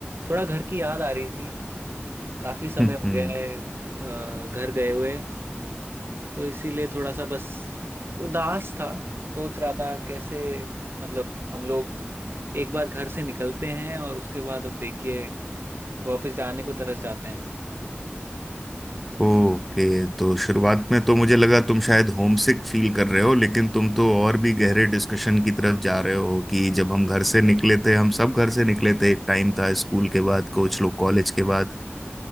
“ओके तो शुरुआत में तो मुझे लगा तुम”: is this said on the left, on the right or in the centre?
Centre